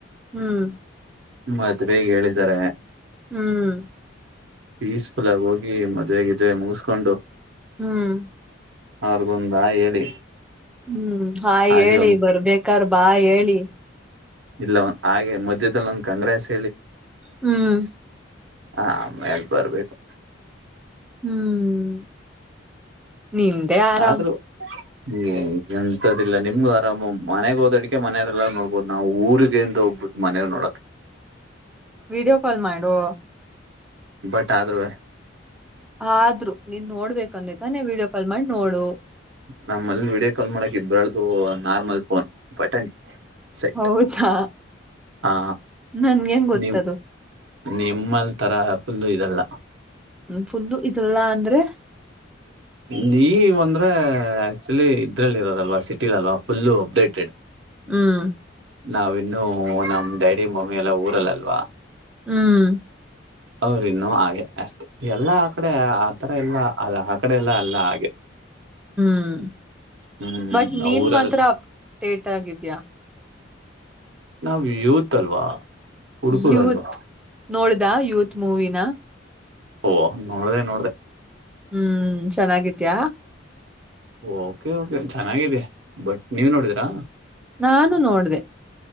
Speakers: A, in the centre; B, on the right.
A: ಹ್ಮ್. <inaudible>
B: ಮದ್ವೆಗ್ ಹೇಳಿದರೆ.
A: ಹ್ಮ್
B: ಪೀಸ್ಫುಲ್ ಆಗಿ ಹೋಗಿ ಮದ್ವೆ ಗಿದ್ವೆ ಮುಗಿಸಕೊಂಡು.
A: ಹ್ಮ್
B: ಅವ್ರಗೊಂದ್ ಹಾಯ್ ಹೇಳಿ.
A: ಹ್ಮ್ ಹಾಯ್
B: ಹಾಗೆ
A: ಹೇಳಿ
B: ಒಂದ
A: ಬರ್ಬೇಕಾರ್ ಬಾಯ್ ಹೇಳಿ.
B: ಇಲ್ಲ ಹಾಗೆ ಮಧ್ಯದಲ್ಲಿ ಒಂದಂದು ಕಂಗ್ರೆಸ್.
A: ಹ್ಮ್
B: ಹಾ ಆಮೇಲೆ ಬರ್ಬೇಕು.
A: ಹ್ಮ್ ನಿಂದೆ ಆರಾಮ್.
B: ಆದ್ರೂ ಏ ಎಂತದಿಲ್ಲ ನಿಮ್ದು ಆರಾಮ ಮನೆಗ್ ಹೋದ ಅಡಿಕೆ ಮನೆಯಲ್ಲ ನೋಡ್ಬೋದು ನಾವು ಊರ್ಗಂತ ಹೋಗ್ಬಿಟ್ ಮನೆ‌. ನೋಡಕ್
A: ವಿಡಿಯೋ ಕಾಲ್ ಮಾಡು.
B: ಬಟ್ ಆದರುವೆ.
A: ಆದ್ರು ನೀನ್ ನೋಡ್ಬೇಕಂದೈತ ನೀ ವಿಡಿಯೋ ಕಾಲ್ ಮಾಡಿ ನೋಡು.
B: ನಮ್ಮಲ್ಲಿ ವೀಡಿಯೋ ಕಾಲ್ ಮಾಡಕ್ ಇಬ್ರ್ದು ನಾರ್ಮಲ್ ಫೋನ್ ಬಟನ್. ಸೆಟ್
A: ಹೌದಾ.
B: ಹಾ
A: ನನ್ಗೆ ಹೆಂಗ ಗೊತ್ತದು.
B: ನಿಮ್ ನಿಮ್ಮಲ್ ತರ ಫುಲ್ಲ ಇರಲ್ಲ.
A: ಫುಲ್ಲ ಇರಲ್ಲ ಅಂದ್ರೆ.
B: ನೀ ಅಂದ್ರೆ ಆಕ್ಚುಲಿ ಇದ್ರಲ್ಲಿ ಇರೋದಲ್ವಾ ಸಿಟಿಲಲ್ವ ಫುಲ್ಲು ಅಪ್ಡೇಟೆಡ್.
A: ಹ್ಮ್.
B: ನಾವಿನ್ನುೂ ನಮ್ಮ್ ಡ್ಯಾಡಿ ಮಮ್ಮಿ ಎಲ್ಲ ಊರಲ್ಲಲ್ವಾ.
A: ಹ್ಮ್.
B: ಅವ್ರ ಇನ್ನು ಹಾಗೆ ಅಷ್ಟೇ ಎಲ್ಲಾ ಆ ಕಡೆ ಆತರ ಎಲ್ಲ ಅದ ಹಾಕ ಕಡೆ ಎಲ್ಲಾ ಅಲ್ಲ ಹಾಗೆ.
A: ಹ್ಮ್
B: ಹ್ಮ್
A: ಬಟ್ ನೀನ್
B: ಊರಲ್ಲಿ
A: ಮಾತ್ರ ಅಪ್ಡೇಟ್ ಆಗಿದ್ಯಾ.
B: ನಾವ್ ಯೂತ್ ಅಲ್ವಾ. ಹುಡುಕೂರು
A: ಯೂತ್
B: ಅಲ್ವಾ
A: ನೋಡ್ದ ಯೂತ್ ಮೂವಿನ.
B: ಓಹ ನೋಡದೆ ನೋಡದೆ.
A: ಹ್ಮ್ ಚೆನ್ನಾಗಿದಿಯ.
B: ಓಕೆ ಓಕೆ ಚೆನ್ನಾಗಿದೆ ಬಟ್ ನೀವ್ ನೋಡಿದಿರಾ.
A: ನಾನು ನೋಡ್ದೆ.